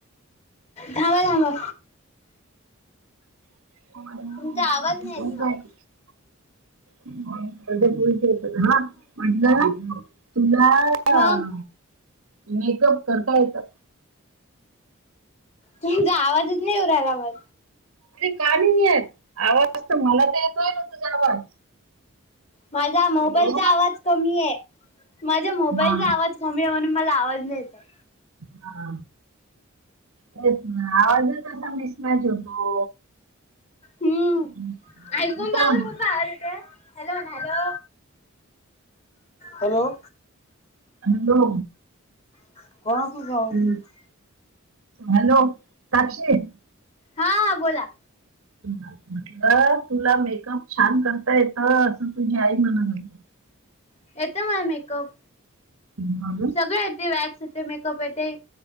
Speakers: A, on the left (about 30°); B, on the right (about 80°).
A: थांबा थांबा
B: ह
A: तुमचा
B: ब
A: आवाज नाही
B: <unintelligible>
A: येत मला
B: पु हा म्हणलं <unintelligible> तुलाऽऽ
A: हा
B: मेकअप करता येतं.
A: तुमचा आवाजच नाही येउ राहिला मग
B: अरे का नाही येत, आवआवाज तर मला तर येतोय ना तुझा आवाज.
A: माझ्या मोबाईलचा
B: हॅलो.
A: आवाज कमी आहे. माझ्या मोबाईलचा
B: हा
A: आवाज कमी आहे म्हणून मला आवाज नाही येत आहे.
B: हा. तेच ना आवाज तसा मिस मॅच होतो.
A: हम्म.
B: हा
A: ऐकुण
B: मी काय
A: जा
B: म्हणते
A: बर कसं आवाज येतंय. Hello hello. Hello
B: hello.
A: <unintelligible>
B: हम्म, हॅलो साक्षी
A: हा बोला.
B: म्हटलं तुला मेकअप छान करता येत असं तुझी आई म्हणतं होती.
A: येत मला मेकअप.
B: <unintelligible>
A: सगळ येते. वॅक्स येते, मेकअप येते,